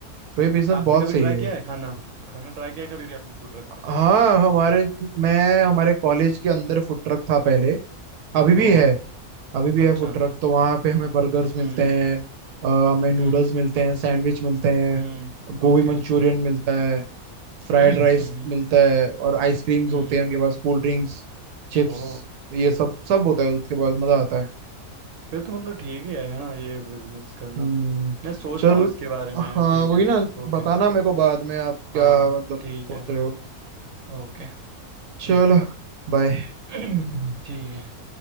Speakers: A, on the right; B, on the right.
A: तो ये बिजनेस
B: आपने
A: बहुत
B: कभी
A: सही
B: ट्राई
A: है
B: किया है खाना खाना ट्राई किया है कभी आपने फूड ट्रक पे
A: हाँ हमारे मैं हमारे कॉलेज के अंदर फूड ट्रक था पहले अभी भी
B: ओ
A: है अभी भी है
B: अच्छा
A: फूड ट्रक तो वहाँ पे हमें बर्गर्स मिलते
B: हम्म
A: हैं अ, हमें नूडल्स
B: हम्म
A: मिलते हैं सैंडविच मिलते हैं
B: हम्म
A: गोभी
B: ओके
A: मंचूरियन मिलता है फ्राइड
B: <clears throat>
A: राइस
B: हम्म
A: मिलता है और आइसक्रीम्स
B: हम्म
A: होते हैं उनके पास कोल्ड ड्रिंक्स चिप्स
B: ओ
A: ये सब सब होता है उसके पास मजा आता है
B: फिर तो मतलब ठीक ही है है ना ये बिजनेस करना
A: हम्म
B: मैं सोचता
A: चल
B: हूँ इसके बारे में
A: हाँ
B: ठीक
A: वही
B: है
A: ना
B: ओके
A: बताना मेरे को बाद में आप क्या
B: हाँ
A: मतलब
B: ठीक
A: सोच
B: है
A: रहे हो
B: ओके
A: चलो
B: ठीक है
A: बाय
B: <clears throat> ठीक है